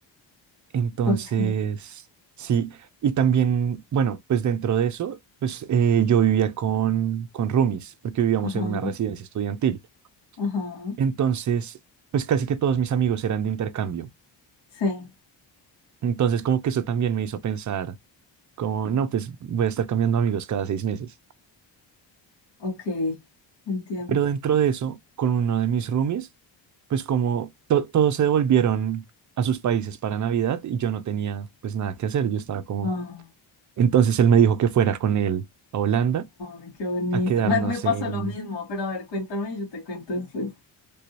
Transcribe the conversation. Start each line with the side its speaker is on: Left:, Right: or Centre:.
Right: Entonces,
Left: Ok,
Right: sí, y también, bueno, pues dentro de eso, pues eh, yo vivía con, con roomies, porque vivíamos
Left: ajá,
Right: en una residencia estudiantil.
Left: ajá,
Right: Entonces, pues casi que todos mis amigos eran de intercambio.
Left: sí,
Right: Entonces, como que eso también me hizo pensar, como, no, pues voy a estar cambiando amigos cada seis meses.
Left: ok, entiendo.
Right: Pero dentro de eso, con uno de mis roomies, pues como to- todos se devolvieron a sus países para Navidad y yo no tenía pues nada que hacer, yo estaba como...
Left: Ay,
Right: Entonces él me dijo que fuera con él a Holanda
Left: ay, qué bonito.
Right: a quedarnos
Left: Me, me pasó
Right: en...
Left: lo mismo, pero a ver, cuéntame y yo te cuento después.